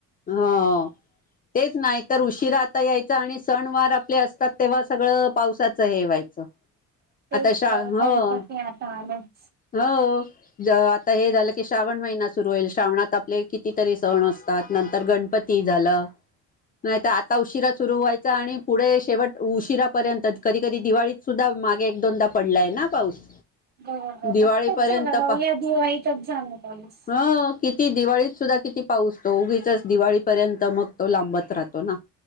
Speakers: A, on the left; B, on the right.
A: हा तेच नाही तर उशिरा आता यायचा आणि सण वार आपले असतात तेव्हा सगळं पावसाचं हे व्हायचं.
B: तेच
A: आता शा
B: तरण
A: हो
B: तर ते आता आलंच.
A: हो ज आता हे झालं की श्रावण महिना सुरू होईल श्रावणात आपले कितीतरी सण असतात नंतर गणपती ती झाल. नाही तर आता उशिरा सुरू व्हायचा आणि पुढे शेवट उशिरापर्यंत कधी कधी दिवाळी सुद्धा मागे एक दोनदा पडलाय ना पाऊस..
B: गगतच
A: दिवाळीपर्यंत
B: झालं भाऊया
A: पा
B: दिवाईकच झालं पाऊस.
A: ह किती दिवाळीत सुद्धा किती पाऊसतो उगीचच दिवाळीपर्यंत मग तो लांबत राहतो ना.